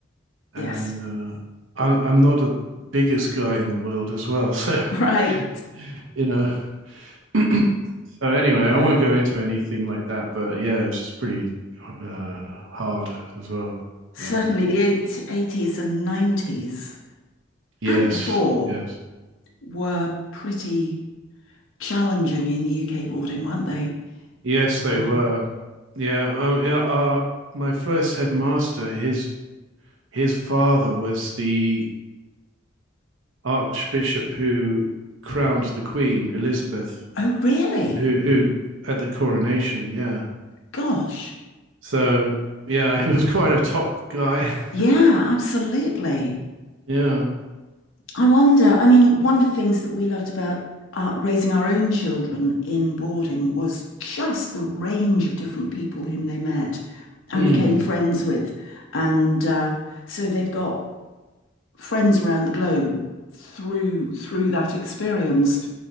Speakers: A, on the right (about 75°); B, on the left (about 90°).
A: And
B: Yes. <laughs>
A: uh, I'm I'm not the biggest guy in the world as well, so <laughs>
B: Right.
A: you know. <clears throat> So anyway, I
B: Yeah.
A: won't go into anything like that, but yeah, it was just pretty uh, hard as well.
B: Certainly
A: But
B: the 80s and 90s
A: Yes,
B: and before
A: yes,
B: were pretty challenging in UK boarding, weren't they?
A: yes, they
B: Um,
A: were. Yeah, uh, yeah, uh, my first headmaster, his his father was the archbishop who crowned the Queen Elizabeth,
B: oh, really?
A: who who at the coronation. Yeah,
B: Gosh.
A: so yeah, <laughs> he was quite a top guy.
B: Yeah,
A: <laughs>
B: absolutely.
A: Yeah.
B: I wonder, I mean, one of the things that we loved about uh, raising our own children in boarding was just the range of different people whom they met and
A: Hmm.
B: became friends with. And uh, so they've got friends around the globe through through that experience.